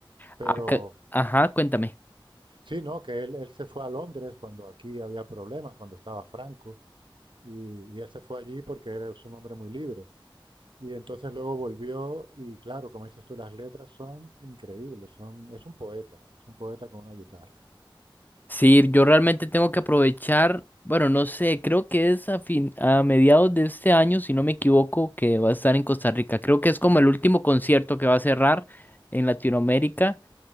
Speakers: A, on the right; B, on the left.
A: Pero
B: Acá- Ajá, cuéntame.
A: sí, no, que él, él se fue a Londres cuando aquí había problemas, cuando estaba Franco, y, y él se fue allí porque era es un hombre muy libre. Y entonces luego volvió y claro, como dices tú, las letras son increíbles, son, es un poeta, es un poeta con una guitarra.
B: Sí, yo realmente tengo que aprovechar, bueno, no sé, creo que es a fin, a mediados de este año, si no me equivoco, que va a estar en Costa Rica. Creo que es como el último concierto que va a cerrar en Latinoamérica